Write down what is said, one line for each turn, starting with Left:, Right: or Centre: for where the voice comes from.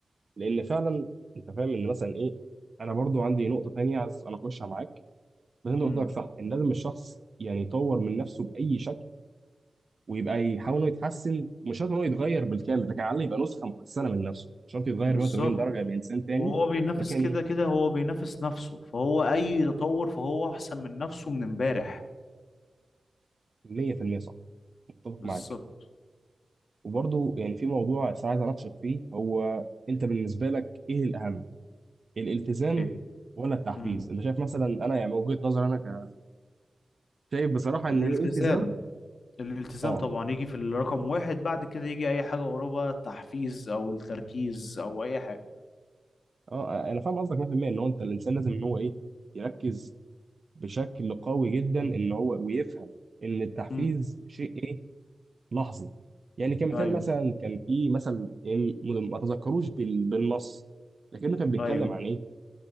Right: لان فعلا انت فاهم ان مثلا ايه انا برضو عندي نقطه تانية عايز انا اخشها معاك ما انت قصدك
Left: امم
Right: صح ان لازم الشخص يعني يطور من نفسه باي شكل ويبقى يحاول انه يتحسن مش شرط انه يتغير بالكامل لكن على الاقل يبقى نسخه محسنه من نفسه مش شرط يتغير
Left: بالظبط
Right: 180 درجه يبقى انسان تاني
Left: وهو بينافس
Right: لكن
Left: كده كده هو بينافس نفسه فهو اي تطور فهو احسن من نفسه من امبارح
Right: 100% صح متفق
Left: بالظبط
Right: معاك وبرضه يعني في موضوع بس عايز اناقشك فيه هو انت بالنسبه لك ايه الاهم الالتزام
Left: ايه
Right: ولا التحفيز
Left: امم
Right: انت شايف مثلا انا يعني من وجهه نظري انا ك- شايف بصراحه ان
Left: الالتزام
Right: الالتزام
Left: الالتزام
Right: اه
Left: طبعا يجي في الرقم واحد بعد كده يجي اي حاجة وراه بقى التحفيز او التركيز او اي حاجة
Right: اه انا فاهم قصدك 100% ان هو انت الانسان لازم ان هو ايه يركز بشكل قوي جدا اللي هو ويفهم ان التحفيز
Left: امم
Right: شيء ايه لحظي يعني كمثال
Left: ايوه
Right: مثلا كان في مثل يعني م- ما تذكروش بال- بالنص لكنه كان بيتكلم
Left: ايوه
Right: عن ايه